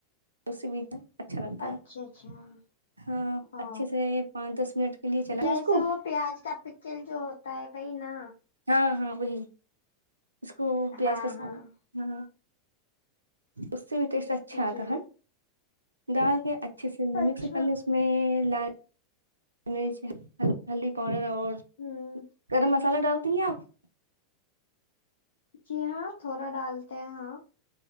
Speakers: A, on the right; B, on the left.
A: اسی میں تھی اچھا لگتا
B: اچھا
A: ہے
B: اچھا
A: ہاں
B: او
A: اچھے سے پانچ دس منٹ کے لیے چلایں
B: جیسے
A: اس کو
B: وہ پیاز کا پکل جو ہوتا ہے وہی نا
A: ہاں ہاں وہی اس کو پیاز
B: ہاں
A: کا
B: ہاں
A: سال ہاں اس سے بھی ٹیسٹ اچھا آتا
B: جی
A: ہے ڈال کے اچھے سے
B: اچھا
A: مکس کرلے اس اس میں لال مرچ ہلدی پاؤڈر اور
B: ہوں
A: گرم مسال سالہ ڈالتی ہیں آپ
B: جی ہاں تھوڑا ڈالتے ہیں ہاں